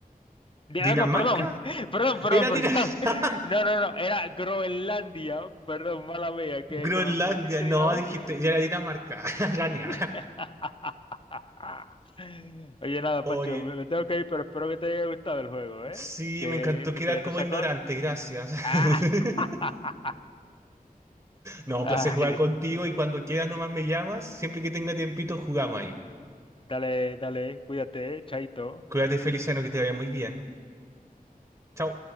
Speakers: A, on the left; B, on the right.
A: De- ah,
B: ¿Dinamarca?
A: no, perdón, <laughs> perdón, perdón,
B: Era
A: perdón.
B: Dinamarca.
A: No, no, no, era Groenlandia, perdón, mala mía, que,
B: <laughs> Groenlandia,
A: que me metiste
B: no,
A: Dinamarca.
B: dijiste, ya era Dinamarca. <laughs> Gané.
A: <laughs> Oye, nada,
B: <laughs>
A: Pancho,
B: Oye,
A: me me tengo que ir, pero espero que te haya gustado el juego, ¿eh?
B: sí,
A: Que,
B: me encantó quedar
A: que nos
B: como
A: sacó,
B: ignorante, gracias.
A: Ah,
B: <laughs>
A: <laughs>
B: No, un
A: ay,
B: placer jugar contigo y cuando quieras nomás me llamas, siempre que tenga tiempito jugamos ahí.
A: dale, dale, cuídate, eh, chaito.
B: Cuídate, Feliciano, que te vaya muy bien. Chao.